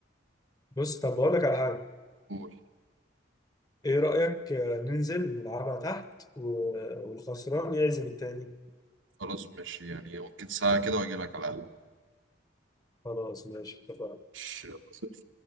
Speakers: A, on the left; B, on the right.
A: بص طب بقول لك على حاجة
B: قول.
A: إيه رأيك آه، ننزل نلعبها تحت و- والخسران يعزم التاني
B: خلاص ماشي يعني ممكن ساعة كده واجي لك على القهوة.
A: خلاص ماشي اتفقنا
B: ماشي، يلا، سلام.